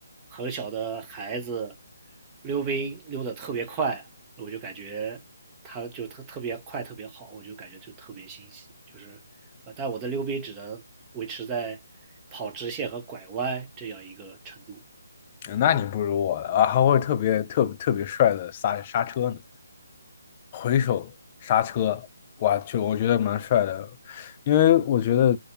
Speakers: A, on the right; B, on the left.
A: 很小的孩子溜冰溜得特别快，我就感觉他就特特别快，特别好，我就感觉就特别欣喜。就是，呃，但我的溜冰只能维持在跑直线和拐弯这样一个程度。
B: 那你不如我了啊，还会特别特别特别帅的刹刹车呢，回手刹车，哇，就我觉得蛮帅的，因为我觉得，